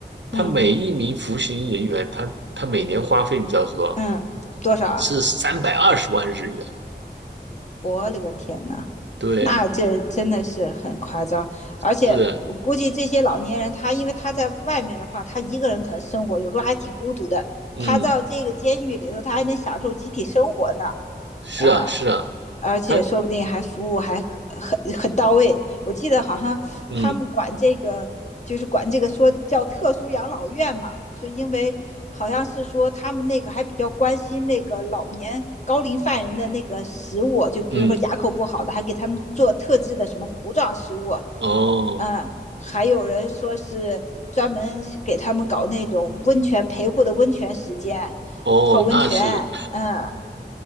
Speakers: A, on the right (about 85°); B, on the left (about 40°).
A: 他每一名服刑人员，
B: <laughs> 嗯
A: 他他每年花费，你知道是多少？
B: 嗯，多少啊？
A: 是三百二十万日元。
B: 我勒个天呐！
A: 对，
B: 那这真的是很夸张，而且我估计这些老年人，
A: 是，
B: 他因为他在外面的话，他一个人可能生活有时候还挺孤独的，
A: 嗯，
B: 他到这个监狱里头，他还能享受集体生活呢，
A: 是啊，
B: 嗯。
A: 是啊。
B: 而且说不定还服务还很很很到位。
A: 他
B: 我记得好像他们管这个就是管这个说叫特殊养老院嘛，
A: 嗯
B: 是因为好像是说他们那个还比较关心那个老年高龄犯人的那个食物，就比如说牙口不好的，
A: 嗯
B: 还给他们做特制的什么糊状食物，
A: 哦
B: 嗯，还有人说是专门给他们搞那种温泉陪护的温泉时间，
A: 哦，
B: 泡温泉，
A: 那是
B: 嗯。